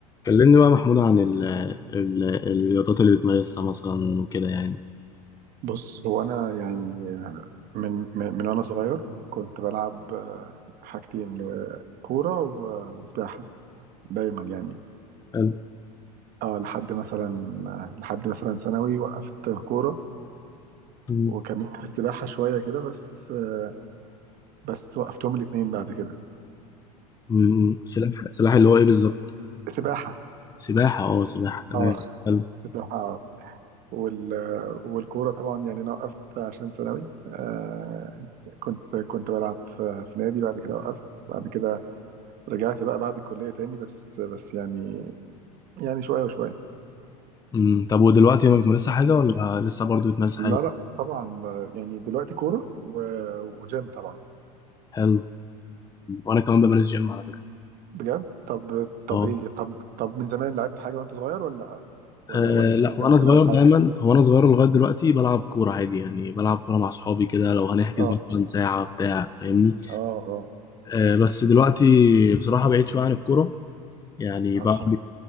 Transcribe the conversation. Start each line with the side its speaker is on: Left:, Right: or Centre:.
Left: كلمني بقى محمود عن ال ال الرياضات اللي بتمارسها مثلا وكده يعني
Right: بص هو انا يعني من من, من وانا صغير كنت بلعب آه، حاجتين آه، كوره وسباحه دايما يعني
Left: حلو
Right: اه لحد مثلا آه، لحد مثلا ثانوي وقفت كوره
Left: أمم،
Right: وكملت في اه السباحه شويه كده بس آه، بس وقفتهم الاثنين بعد كده
Left: أمم، سلاح سلاح اللي هو ايه بالظبط
Right: سباحه
Left: سباحة اه سباحة تمام
Right: اه
Left: حلو
Right: سباحه اه وال آه، والكوره طبعا يعني انا وقفت عشان ثانوي آه كنت كنت بلعب في في نادي بعد كده وقفت بعد كده رجعت بقى بعد الكلية تاني بس بس يعني يعني شوية وشوية
Left: أمم، طب ودلوقتي ما بتمارسش حاجة ولا لسه برضو بتمارس
Right: لا
Left: حاجة
Right: لا طبعا آه، يعني دلوقتي كورة و- وجيم طبعا
Left: حلو وانا كمان بمارس جيم على فكرة
Right: بجد طب طب
Left: اه
Right: ايه طب طب من زمان لعبت حاجة وانت صغير ولا ولا
Left: آه،
Right: ولا الجيم
Left: لا
Right: كان
Left: وانا
Right: كان
Left: صغير
Right: أول
Left: دايما
Right: حاجة
Left: هو انا صغير لغاية دلوقتي بلعب كورة عادي يعني بلعب كورة مع صحابي كده لو هنحجز
Right: اه
Left: مثلا ساعة بتاع فاهمني
Right: اه اه
Left: آه، بس دلوقتي بصراحة بعيد شوية عن الكورة يعني
Right: اه
Left: بعد